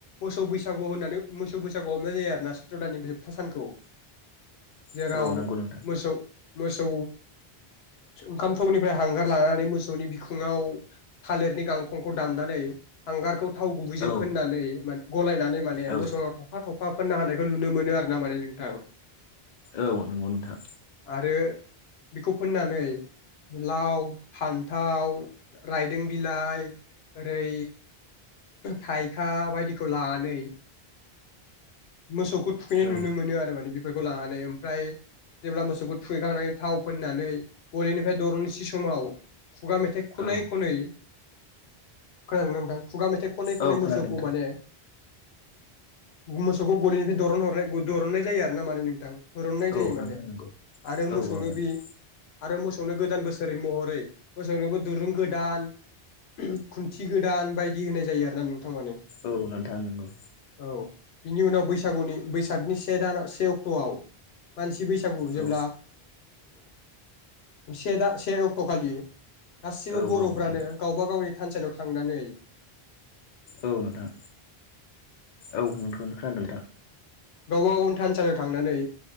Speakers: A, on the left; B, on the left.
A: मोसौ बैसागु होननानै मोसौ बैसागु हमनाय जायो आरो ना सैत्र दाननि सानखौ।
B: <inaudible>
A: जेराव
B: औ नंगौ नोंथां
A: मोसौ मोसौ ओंखाम थौनिफ्राय हांगार लानानै मोसौनि बिखुङाव थालिरनि गांखंखौ दाननानै हांगारखौ थाव गुबैजों
B: औ
A: फोननानै माने गलायनानै माने
B: औ
A: मोसौनाव थफा थफा फोननो हानायखौ नुनो मोनो आरो ना माने नोंथां।
B: औ नंगौ नोंथां।
A: आरो बेखौ फोननानै लाव फान्थाव रायदों बिलाइ ओरै थाइखा बायदिखौ लानानै मोसौखौ थुखैनाय
B: औ
A: नुनो मोनो आरो माने बेफोरखौ लानानै ओमफ्राय जेब्ला मोसौखौ थुैखांनानै थाव फोननानै गलिनिफ्राय दरननिसे समाव खुगा मेथाइ खनै
B: औ
A: खनै खोनादोंना नोंथां खुगा मेथाइ खनै खनै
B: औ
A: मोसौखौ
B: खोनादों नोंथां
A: माने मोसौखौ गलिनिफ्राय दन हरनाय दरननाय जायो आरो ना माने नोंथां। हुरुननाय जायो
B: औ
A: माने
B: नोंथां नंगौ
A: आरो
B: औ
A: मोसौनो
B: औ नोंथां
A: बे आरो मोसौनो गोदान बोसोर महरै मोसौनोबो दुरुं गोदान खुन्थि गोदान बायदि होनाय जायो आरोना नोंथां माने।
B: औ नोंथां नंगौ।
A: औ बिनि उनाव बैसागुनि बैसागनि से दान से अक्ट'आव मानसि बैसा गु जेब्ला
B: औ
A: से दा से अक्ट'खालि गासिबो
B: औ
A: बर'फ्रानो
B: औ नोंथां
A: गावबा गावनि थानसालियाव थांनानै
B: औ नोंथां औ नोंखौनो खोनादों नोंथां
A: गावबा गाव थानसालियाव थांनानै